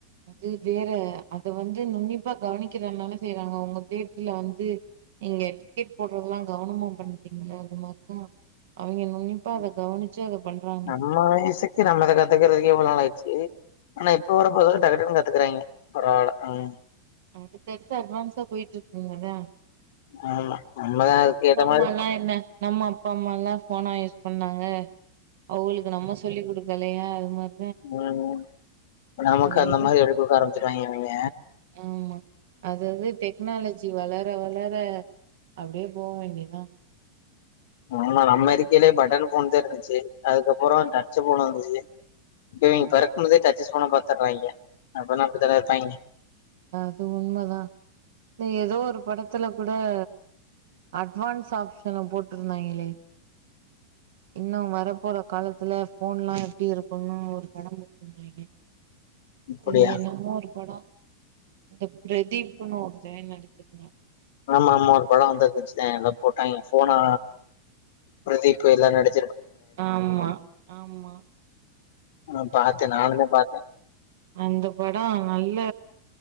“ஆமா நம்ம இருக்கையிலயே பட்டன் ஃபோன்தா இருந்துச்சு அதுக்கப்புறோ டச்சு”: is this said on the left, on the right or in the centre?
Left